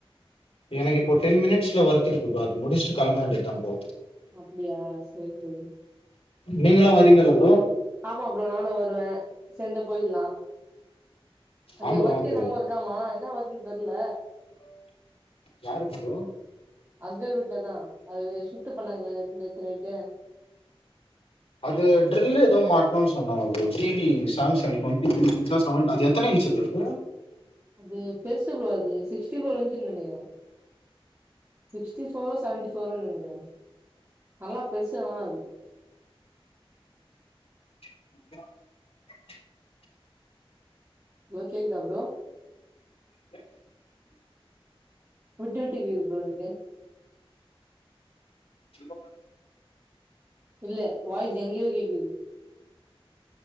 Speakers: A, on the left; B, on the right.
A: எனக்கு இப்போ டென் மினிட்ஸ்ல ஒர்க் இருக்கு ப்ரோ அது முடிச்சுட்டு கெளம்ப வேண்டிதாம் ப்ரோ
B: அப்டியா சேர் செரி
A: நீங்கெல்லா வரீங்கள ப்ரோ
B: ஆமா ப்ரோ நானு வருவே சேந்த போயில்லா அங்க
A: ஆம் ப்ரோ
B: வொர்க்
A: ஆம்
B: என்னமோ இருக்காமா என்ன வொர்க்ன்னு தெர்ல
A: யாருக் ப்ரோ
B: அஸ்கல் வீட்ல தா அது ஷிப்ட்டு பண்ணாங்கள்ல நேத்து நைட்டு
A: அது ட்ரில் எதோ மாட்ணுன் சொன்னாங்க T V Samsung twenty three இன்ச்சா செவன் அது எத்தன இன்ச் ப்ரோ அது
B: அது பெருசு ப்ரோ அது சிக் ஸ்டி ஃபோர் இன்ச்சுனு நெனைக்கறே சிக்டி ஃபோர் செவன்டி ஃபோரோ நெனைக்கிறே நல்லா பெருசா ஆனா அது
A: <inaudible>
B: அலோ கேக்குதா ப்ரோ
A: <inaudible>
B: விட்டு விட்டு கேக்குது ப்ரோ எனக்கு
A: இப்ப பார்
B: இல்ல வாய்ஸ் எங்கியோ கேக்குது